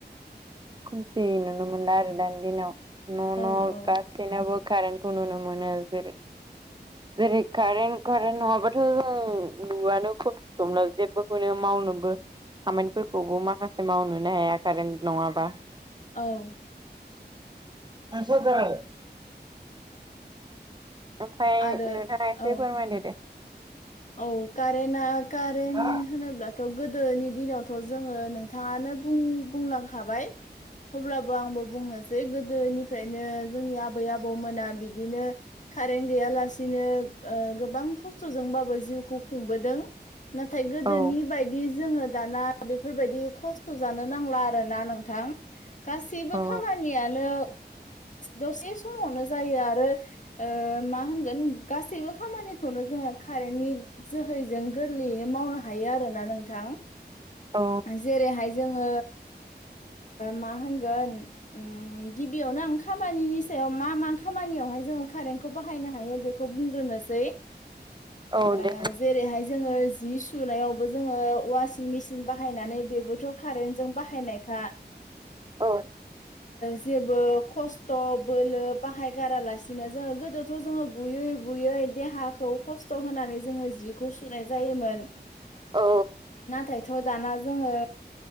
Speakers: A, on the right; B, on the left.
A: खोमसि नुनो मोनो आरो दानि दिनाव न'
B: औ
A: न'
B: औ
A: गा सैनावबो कारेन्टखौ नुनो मोनो जेरै जेरै कारेन्ट कारेन्ट नंङाबाथ' जों नुवानो खोमलाव जेबोखौनो मावनोबो खामानिफोरखौबो माखासे मावनोनो हाया कारेन्ट नंङाबा
B: औ
A: <unintelligible> ओमफ्राय नोंथांङा
B: आरो
A: एसे
B: औ
A: फोरमायदो दे।
B: औ कारेनआ कारेन्ट
A: हा
B: होनोब्ला थ' गोदोनि दिनावथ' जोंङो नोंथांङानो बुं बुंलांखाबाय अब्लाबो आंबो बुंनोसै गोदोनिफ्रायनो जोंनि आबै आबौ आब मोना बिदिनो कारेनट गैयालासैन गोबां खस्थ' जोंबा जिउखौ खुंबोदों नाथाय गोदोनि
A: औ
B: बायदि बिदि जोंङो दाना बेफोरबायदि खस्थ' जानो नांला आरोना नोंथां। गासैबो
A: औ
B: खामानियानो दसे समावनो जायो आरो मा होनगोन गासैबो खामानिखौनो जोंङो कारेन्टनि जोहैजों गोरलैयैनो मावनो हायो आरोना नोंथां
A: औ
B: जेरैहाय जोङो मा होनगोन गिबियावनो आं खामानिनि सायाव मा मा खामानियावहाय जोङो कारेन्टखौ बाहायनो हायो बेखौ खौ बुंग्रोनोसै
A: औ
B: ओ
A: दे
B: जेरैहाय जोङो जि सुनायावबो जोङो वासिं मेसिन बाहायनानै बेबोथ' कारेनजों बाहायनायखा
A: औ
B: जेबो खस त' बोलो बाहाय गारा ला बिदिनो जोङो गोदोथ' जोङो बुयै बुयै देहाखौ खस्थ' खस्थ होनानै जोङो जिखौ सुनाय जायोमोन
A: औ
B: थ' दाना जोङो